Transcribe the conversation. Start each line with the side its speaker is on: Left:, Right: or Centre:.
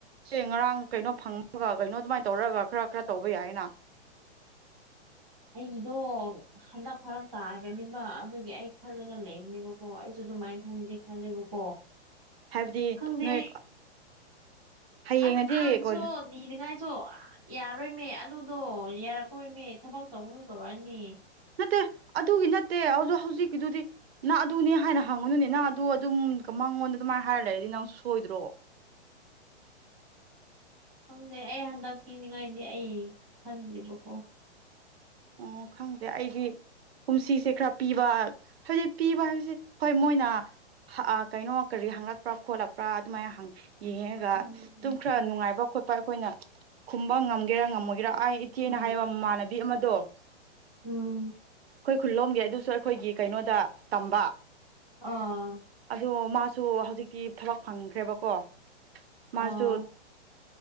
Right: ꯁꯦ ꯉꯔꯥꯡ ꯀꯩꯅꯣ ꯐꯪꯃꯒ ꯀꯩꯅꯣ ꯑꯗꯨꯃꯥꯏꯅ ꯇꯧꯔꯒ ꯈꯔ ꯈꯔ ꯇꯧꯕ ꯌꯥꯏꯅ
Centre: <inaudible> ꯑꯩꯒꯤꯗꯣ ꯍꯟꯗꯛ ꯐꯔꯛ ꯇꯥꯔꯒꯅꯤꯃ ꯑꯗꯨꯒꯤ ꯑꯩ ꯈꯜꯂꯒ ꯂꯩꯕꯅꯦꯕꯀꯣ ꯑꯩꯁꯨ ꯑꯗꯨꯃꯥꯏꯅ ꯈꯟꯕꯗꯤ ꯈꯜꯂꯦꯕꯀꯣ
Right: ꯍꯥꯏꯕꯗꯤ
Centre: ꯈꯪꯗꯦ
Right: ꯅꯣꯏ ꯍꯌꯦꯡꯅꯗꯤ
Centre: ꯑꯁ ꯑꯥꯗꯁꯨ
Right: ꯀꯣꯜ
Centre: ꯅꯤꯅꯤꯡꯉꯥꯏ ꯑꯣ ꯌꯥꯔꯣꯏꯃꯦ ꯑꯗꯨꯗꯣ ꯌꯥꯔꯛꯇꯣꯏꯃꯦ ꯊꯕꯛ ꯇꯧꯅ ꯇꯧꯔꯛꯑꯅꯤ
Right: ꯅꯠꯇꯦ ꯑꯗꯨꯒꯤ ꯅꯠꯇꯦ ꯍꯧ ꯍꯧꯖꯤꯛꯀꯤꯗꯨꯗꯤ ꯅꯅꯥ ꯑꯗꯨꯅꯦ ꯍꯥꯏꯅ ꯍꯪꯉꯅꯅꯦ ꯅꯍ ꯑꯗꯨ ꯑꯗꯨꯝ ꯀꯃ ꯅꯉꯣꯟꯗ ꯑꯗꯨꯃꯥꯏꯅ ꯍꯥꯏꯔ ꯂꯩꯔꯗꯤ ꯅꯪ ꯁꯣꯏꯗ꯭ꯔꯣ
Centre: <inaudible> ꯈꯪꯗꯦ ꯑꯩ ꯍꯟꯗꯛ ꯄꯤꯅꯤꯡꯉꯥꯏꯗꯤ ꯑꯩ ꯈꯟꯗ꯭ꯦꯔꯤꯕꯀꯣ
Right: ꯑꯣ ꯈꯪꯗꯦ ꯑꯩꯗꯤ ꯀꯨꯝꯁꯤꯁꯦ ꯈꯔ ꯄꯤꯕ ꯍꯥꯏꯖꯤꯗꯤ ꯄꯤꯕ ꯍꯥꯏꯕꯁꯦ ꯍꯣꯏ ꯃꯣꯏꯅ ꯀꯩꯅꯣ ꯀꯔꯤ ꯍꯪꯂꯛꯄ꯭ꯔꯥ ꯈꯣꯠꯂꯛꯄ꯭ꯔꯥ ꯑꯗꯨꯃꯥꯏꯅ ꯌꯦꯡꯉꯒ
Centre: ꯎꯝ
Right: ꯑꯗꯨꯝ ꯈꯔ ꯅꯨꯡꯉꯥꯏꯕ ꯈꯣꯠꯄ ꯑꯩꯈꯣꯏꯅ ꯈꯨꯝꯕ ꯉꯝꯒꯦꯔꯥ ꯉꯝꯃꯣꯏ ꯀꯔꯥ ꯑꯩ ꯏꯆꯦꯅ
Centre: ꯎꯝ
Right: ꯍꯥꯏꯕ ꯃꯃꯥꯟꯅꯕꯤ ꯑꯃꯗꯣ
Centre: ꯎꯝ
Right: ꯑꯩꯈꯣꯏ ꯈꯨꯂꯣꯝꯒꯤ ꯑꯗꯨꯁꯨ ꯑꯩꯈꯣꯏꯒꯤ ꯀꯩꯅꯣꯗ ꯇꯝꯕ
Centre: ꯑꯥ
Right: ꯑꯗꯣ ꯃꯥꯁꯨ ꯍꯧꯖꯤꯛꯇꯤ ꯊꯕꯛ ꯐꯪꯈ꯭ꯔꯦꯕꯀꯣ
Centre: ꯑꯥ
Right: ꯃꯥꯁꯨ